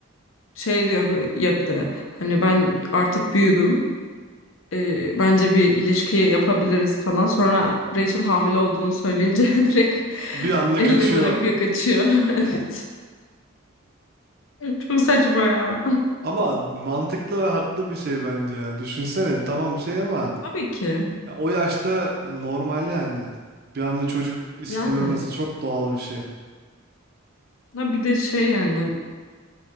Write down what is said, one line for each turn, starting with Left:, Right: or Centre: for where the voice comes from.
Left: şey diyor bir- ya bir de hani ben artık büyüdüm. e, bence bir ilişki yapabiliriz falan. Sonra Rachel hamile olduğunu söyleyince <laughs> direkt
Right: Bir anda
Left: elini
Right: kaçıyor.
Left: bırakıyor kaçıyor. <laughs> Evet. Çok saçma ya.
Right: Ama mantıklı ve haklı bir şey bence ya. Düşünsene tamam şey ama
Left: Tabii ki.
Right: ya o yaşta normal yani. Bir anda çocuk istememesi
Left: Yani.
Right: çok doğal bir şey.
Left: Ha bir de şey yani